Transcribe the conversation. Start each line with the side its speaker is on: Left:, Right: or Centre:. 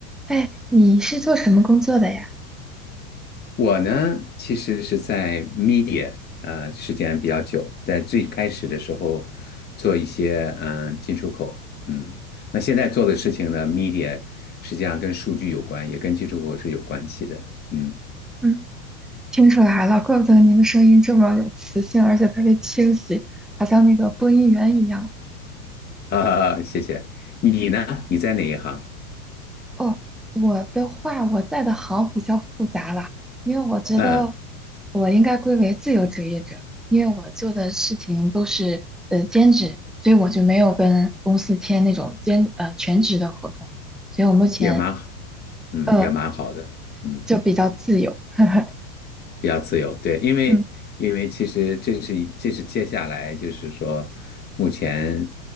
Centre: 哎，你是做什么工作的呀？
Left: 我呢，其实是在 media 啊、时间比较久，在最开始的时候做一些嗯、呃进出口，嗯，那现在做的事情呢，media 实际上跟数据有关，也跟进出口是有关系的，嗯，
Centre: 嗯，听出来了，怪不得您的声音这么有磁性，而且特别清晰，好像那个播音员一样。
Left: 啊，谢谢。你呢？你在哪一行？
Centre: 哦，我的话，我在的行比较复杂啦，因为我觉得
Left: 嗯，
Centre: 我应该归为自由职业者，因为我做的事情都是呃兼职，所以我就没有跟公司签那种兼呃全职的合同，所以我目前
Left: 也蛮好，嗯，
Centre: 呃
Left: 也蛮好的，嗯。
Centre: 就比较自由。<laughs>
Left: 比较自由，对，因为因为其实这是一这是接下来就是说，
Centre: 嗯
Left: 目前